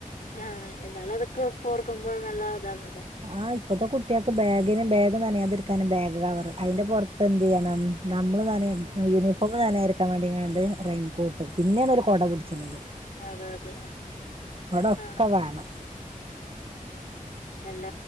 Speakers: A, on the left; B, on the right.
A: ആ എന്നാലും അതൊക്കെ ഇപ്പോർക്കുമ്പോ നല്ല ഇതാണ്
B: ആഹ് ഇപ്പത്തെ കുട്ടിയക്ക് ബാഗിന് ബാഗ നനയാതിരിക്കാൻ ബാഗ് കവറ് അതിന്റെ പുറത്ത് എന്ത് ചെയ്യണം നമ്മൾ നനയാൻ യൂണിഫോമൊക്കെ നനയാതിരിക്കാൻ വേണ്ടിങ്ങാണ്ട് റെയിൻകോട്ട് പിന്നെയാണ് ഒരു കുട പുടിച്ചിരുന്നത്
A: അതെ അതെ
B: കൊടൊക്കെ
A: ആ
B: വാണം
A: അല്ല